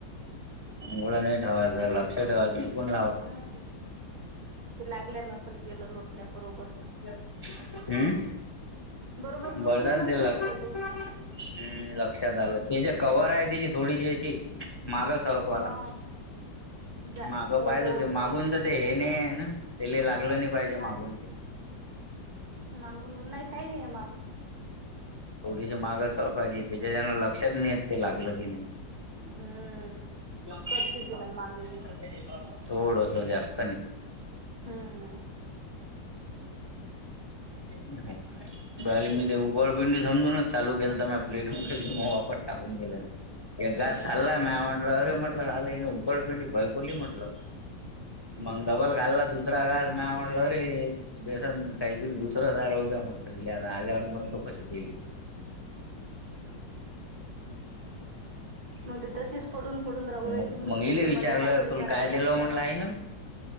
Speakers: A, on the left; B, on the right.
A: मुळा नाही ठेवाय गेलात. ठेवलास बघून.
B: हम्म! लागल्या नसल गेलं लोटल्या बरोबर.
A: हम्म
B: बरोबर लोटल्या
A: बर झालं
B: नसेल
A: दिलत.
B: गेलं ते
A: हम्म लक्षात आलं ते ज कव्हर आहे तिची थोडीशी अशी. माग सरकवायला
B: हा
A: लागतंय.
B: जा
A: मागं
B: हो
A: पाहिज
B: ते
A: होते.
B: वरची
A: मागून तर ते हे नाही आहे ना! तेला लागलं नाही पाहिजे
B: काय
A: मागून ते.
B: मागून नाही काही नाही आहे मागून
A: थोडीशी मागासवर पाहिजे त्याच्याच्यान लक्षात नाहीेत ते लागलं की नाही.
B: हम्म
A: <unintelligible>
B: करते तिला मागे मी
A: <inaudible> थोडस जास्तनी
B: हम्म हम्.
A: <unintelligible> मी ते उकळपिंडी समजून चालू केल तर म प्लेट म कि मग वापर टाकून गेलं. एक गास
B: हम्म
A: खल्ला म म्हटलं अरे म्हटलं खाली उकडपिंडी कोणी म्हटल मग डबल घालना तु. दुस हजार म्या म्हल र बेसन काहीतरी दुसर हजा <unintelligible> आल्यावर म्हणतो कशी गेली.
B: मग ते तसेच पडून पडून राहू राहिल
A: मग
B: त मी
A: मग
B: दिशीत
A: इले
B: म्हणलं
A: विचारलं
B: काहीतरी
A: तुला
B: करायचं
A: काय दिलं म्हटलं
B: करा.
A: आई न